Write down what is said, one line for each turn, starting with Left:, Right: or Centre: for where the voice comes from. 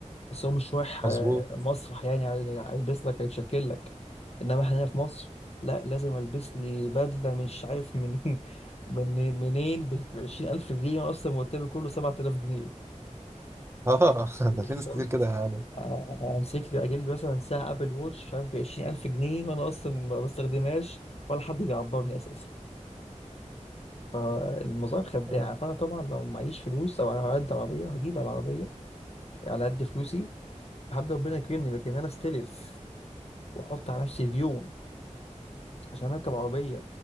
Left: بس هو مش رايح
Right: مظبوط
Left: آه، مسرح يعني هي- هيلبس لك هيشكل لك انما احنا هنا في مصر لا لازم البس لي بدله مش عارف من <laughs> من منين ب 20000 جنيه وانا اصلا مرتبي كله 7000 جنيه
Right: اه <laughs>
Left: بالظبط
Right: ده في ناس كتير كده يعني
Left: آه، امسك لي اجيب لي مثلا ساعه ابل ووتش مش عارف ب 20000 جنيه وانا اصلا ما بستخدمهاش ولا حد بيعبرني اساسا فالمظاهر خداعه
Right: آه،
Left: فانا طبعا لو معيش فلوس او على قد عربيه هجيب العربيه على قد فلوسي لحد ربنا يكرمني لكن انا استلف واحط على نفسي ديون عشان اركب عربيه